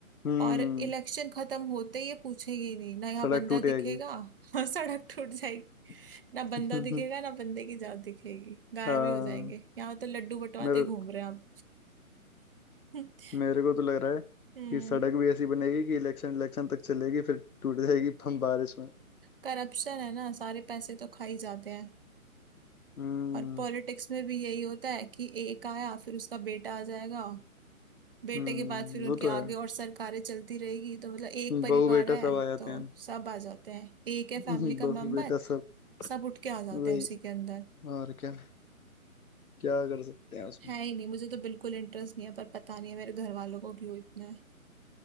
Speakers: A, on the left (about 75°); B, on the right (about 40°).
A: हम्म
B: और इलेक्शन खत्म होते ही ये पूछेंगे ही नहीं ना यहाँ
A: सड़क
B: बंदा
A: टूट
B: दिखेगा
A: जाएगी
B: <laughs> सड़क टूट जाएगी
A: <laughs>
B: ना बंदा दिखेगा ना बंदे की जात दिखेगी गायब
A: हाँ
B: ही हो जाएंगे यहाँ तो लड्डू बंटवाते
A: मेरे
B: घूम रहे हैं आप <laughs>
A: मेरे को तो लग रहा है
B: हम्म
A: कि सड़क भी ऐसी बनेगी कि इलेक्शन इलेक्शन तक चलेगी फिर टूट जाएगी हम बारिश में
B: करप्शन है ना सारे पैसे तो खा ही जाते हैं
A: हम्म
B: और पॉलिटिक्स में भी यही होता है कि एक आया फिर उसका बेटा आ जाएगा बेटे
A: हम्म
B: के बाद फिर उनके
A: वो तो है
B: आगे और सरकारें चलती रहेगी तो मतलब एक परिवार
A: बहू बेटा
B: है
A: सब आ जाते
B: तो
A: हैं
B: सब आ जाते हैं एक है
A: <laughs>
B: फैमिली का
A: बहू
B: मेंबर
A: बेटा सब
B: सब उठ के आ जाते
A: वही
B: हैं उसी के अंदर
A: और क्या क्या कर सकते हैं उसमें
B: है ही नहीं मुझे तो बिल्कुल इंटरेस्ट नहीं है पर पता नहीं है मेरे घर वालों को क्यों इतना है